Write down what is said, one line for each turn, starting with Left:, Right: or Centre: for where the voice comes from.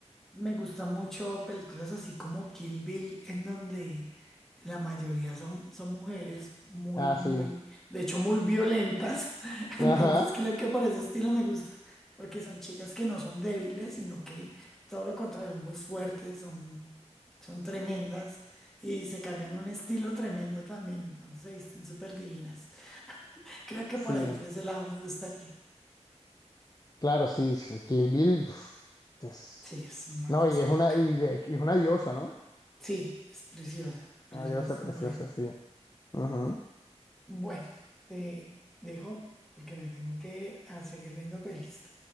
Centre: me gusta mucho películas así como Kill Bill, en donde la mayoría son, son mujeres muy,
Left: Ah,
Centre: muy,
Left: sí.
Centre: de hecho muy violentas. <laughs> Entonces
Left: Ajá,
Centre: creo que por ese estilo me gusta, porque son chicas que no son débiles, sino que todo lo contrario, son muy fuertes, son, son tremendas y se cargan un estilo tremendo también. Entonces se visten súper divinas. Creo que
Left: sí.
Centre: por ahí, por ese lado me gustaría.
Left: Claro, sí, sí, Kill Bill. pf, es-
Centre: Sí, es una
Left: No,
Centre: cosa
Left: y es
Centre: loca.
Left: una, y de hecho, y es una diosa, ¿no?
Centre: Sí, es preciosa, preciosa
Left: Una diosa
Centre: esta
Left: preciosa,
Centre: mujer.
Left: sí. Ujú.
Centre: Bueno, te dejo porque me tengo que ir a seguir viendo pelis.